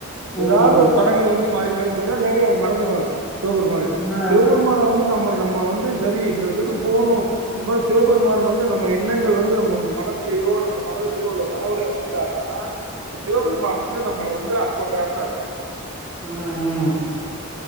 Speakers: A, on the right; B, in the centre.
A: எதாவது
B: ம்
A: ஒரு தடங்கள் வந்து மாறி மாறி போயிரு இல்லாட்டி அவுங்க மறந்துருவாங்க. சிவபெருமான
B: ஆ
A: சிவபெருமான வந்து நம்ம நம்ம வந்து சரி இந்த இதுக்கு போணு இந்த மாரி சிவ பெருமான் வந்து நம்ம எண்ணங்கள் வந்து நம்ம மனசுலியோ நம்ம மனதிலியோ உள்ள கனவுலியோ வந்துட்டார்னா இந்த சிவபெருமான் வந்து நம்மள வந்து ஆட்கொண்டார்னு அர்த்தோ.
B: ம் ம்.